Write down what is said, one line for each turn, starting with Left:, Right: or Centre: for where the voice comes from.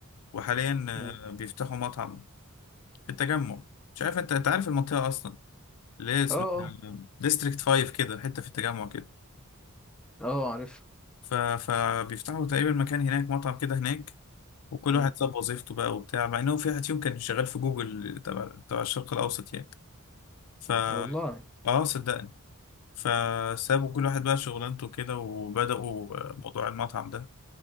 Left: وحاليا آه،
Centre: مم.
Left: بيفتحوا مطعم في التجمع مش عارف انت انت عارف المنطقة اصلا ليه اسمها
Centre: اه
Left: ديستريكت 5 كده حتة في التجمع كده
Centre: اه اه عارف
Left: ف... فبيفتحوا تقريبا مكان هناك مطعم كده هناك وكل
Centre: مم.
Left: واحد ساب وظيفته بقى وبتاع مع انه في واحد فيهم كان شغال في جوجل تبع تبع الشرق الاوسط يعني ف
Centre: والله
Left: اه صدقني فسابوا كل واحد بقى شغلانته كده وبدأوا موضوع المطعم ده